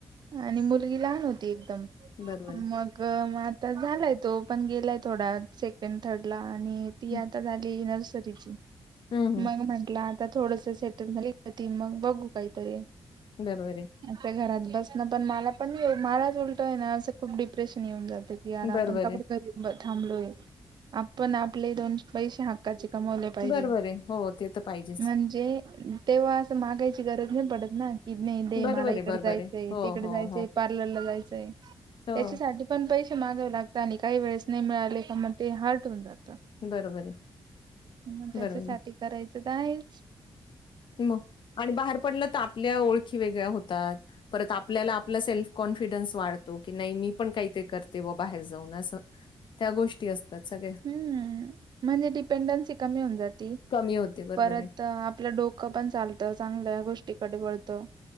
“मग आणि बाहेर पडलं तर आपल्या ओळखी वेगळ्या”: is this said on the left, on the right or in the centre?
Left